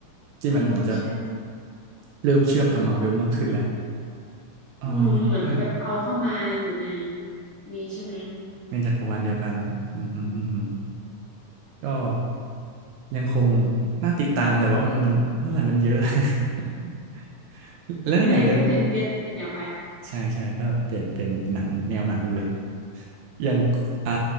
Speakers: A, on the right (about 75°); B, on the left (about 65°).
A: ที่มันเหมือนจะ
B: เออใช่
A: เริ่มเชื่อมกับมาเวลมากขึ้นแหละอ่า
B: อืมเหมือนแบบเอาเข้ามาอยู่ใน
A: ก็
B: นี้ใช่ไหม
A: ในจักรวาลเดียวกันอืมฮึอืมฮึก็ยังคงน่าติดตามแต่ว่ามันมันนั่นแหละมันเยอะ <laughs> แล้วนั่นอย่างเป็น
B: ก็เลยก็เปลี่ยนเปลี่ยนเปลี่ยนแนวไป
A: ใช่ใช่ก็เป็นเป็นหนังแนวหนังดูเลยอย่างอ่า